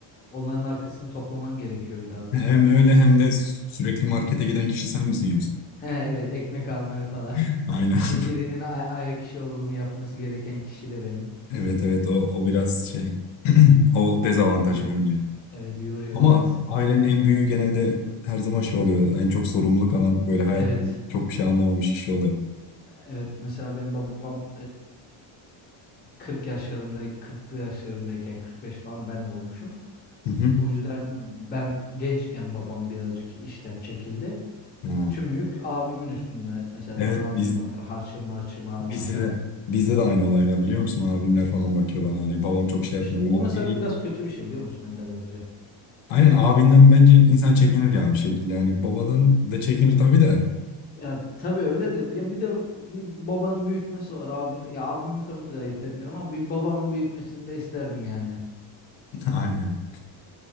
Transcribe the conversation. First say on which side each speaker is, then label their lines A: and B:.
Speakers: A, on the left (about 20°); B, on the left (about 70°).
A: onların arkasını toplaman gerekiyor biraz
B: Hem
A: da.
B: öyle hem de sü- sürekli markete giden kişi sen misin yoksa?
A: He evet ekmek almaya falan.
B: <laughs> Aynen.
A: <laughs>
B: <laughs>
A: Bir birinin ay- ayak işi olduğumu yapması gereken kişi de benim.
B: Evet evet o, o biraz şey. <clears throat> O dezavantajı
A: Yoruyor.
B: bence.
A: Evet yoruyor
B: Ama
A: biraz.
B: ailenin en büyüğü genelde her zaman şey oluyor. En çok sorumluluk alan böyle hayattan
A: Evet.
B: çok bir şey anlamamış kişi oluyor.
A: Evet mesela benim babam 40 yaşlarında 40'lı yaşlarındayken 45 falan ben de olmuşum.
B: Hı hı.
A: O yüzden ben gençken babam birazcık işten çekildi.
B: Ha.
A: Tüm yük abimin üstünde. Mesela
B: Evet
A: bana abim
B: biz
A: bakar. Harçım harçım abim
B: Bizde
A: atar.
B: de bizde de aynı olay var biliyor musun? Abimler falan bakıyor bana hani babam çok şey
A: İşte
B: yapmıyor.
A: o
B: Eli-
A: mesela
B: eli-
A: biraz kötü bir şey biliyor musun Önder bence?
B: Aynen abinden bence insan çekinir ya bir şekilde. Hani babadan da çekinir tabii de.
A: Ya tabii öyle de ya bir de bir babanın büyütmesi var abinin ya abimin tabii ki de ayırt etmiyorum ama bir babamın büyütmesini de isterdim yani.
B: <laughs> Aynen.